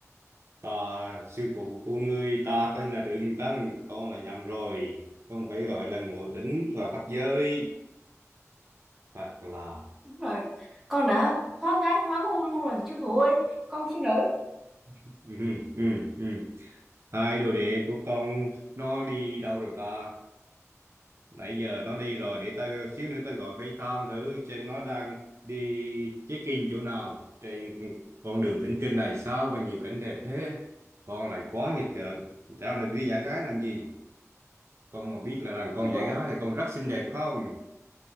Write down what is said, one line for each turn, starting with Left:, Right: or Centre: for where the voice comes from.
Right: Ta là sư phụ của ngươi, ta tên là Đường Tăng, con là nhầm rồi. Con phải gọi là Ngộ Tĩnh và Bắt Giới. Hoặc là...
Centre: Đúng rồi, con đã hóa gái hóa ngu luôn rồi, sư phụ ơi, con xin lỗi,
Right: <laughs> Ừ, ừ, ừ. Hai đồ đệ của con nó đi đâu rồi ta? nãy giờ nó đi rồi để tao xíu nữa tao gọi FaceTime thử xem nó đang đi check-in chỗ nào trên con đường thỉnh kinh này sao mà nhiều cảnh đẹp thế con lại quá nghịch ngợm tao lại đi giả gái làm gì con mà biết là, là con
Centre: sư phụ.
Right: giả gái này con rất xinh đẹp không